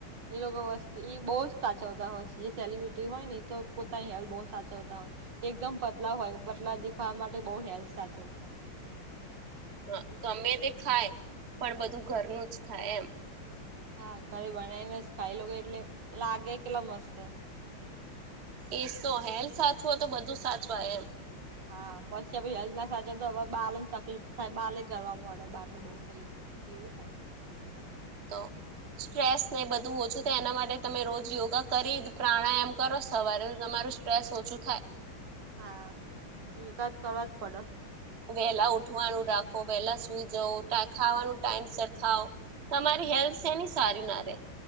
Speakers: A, on the right (about 60°); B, on the right (about 45°).
A: એ લોકો વસ્તી એ બહુ સાચવતા હોય છે જે સેલિબ્રિટી હોય ને તો પોતાની હેલ્થ બો સાચવતા હોય એકદમ પતલા હોય, પતલા દેખાવા માટે બઉ હેલ્થ સાચવતા હોય
B: હા, ગમે તે ખાય પણ બધું ઘરનું જ ખાય એમ
A: હા, ઘરે બનાવીને જ ખાઈ લોકો એટલે લાગે કેટલા મસ્ત.
B: એજ તો હેલ્થ સાચવો તો બધું સાચવાય એમ
A: હા, પછી ભી હેલ્થ ન સાચવો તો બાળને તકલીફ થાય બાલે ગર મળે બાર નું બહુ ખાઈએ તો પછી એવું થાય
B: તો સ્ટ્રેસ ને બધું ઓછું થાય એના માટે તમે રોજ યોગા કરી પ્રાણાયામ કરો રોજ સવારે તમારું સ્ટ્રેસ ઓછું થાય
A: હા, યોગા જ કરવા જ પડે
B: વહેલા ઉઠવાનું રાખો, વહેલા સુઈ જવ, ખાવાનું ટાઈમ સર ખાઓ તમારી હેલ્થ સેની સારી ના રે